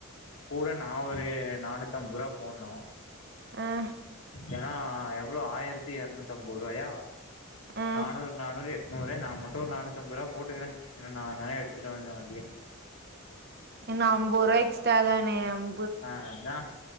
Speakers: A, on the left; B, on the right.
A: கூட நான் ஒரு நானூத்தி அம்பது ரூபா போடணும்
B: ம்
A: ஏன்னா எவ்ளோ ஆயிரத்தி எறநூத்தம்பது ரூபாயா
B: ஆ
A: நானூறு நானூறு எட் நூறு நான் மட்டும் நானூத்தம்பது ரூபா போட்டுக்குறேன் ஏன்னா நான் தானே எடுத்துட்டு வந்தேன் வண்டிய
B: இன்னும் அம்பது ரூபா எக்ஸ்ட்ரா தானே ஆம்
A: ஆ அதான்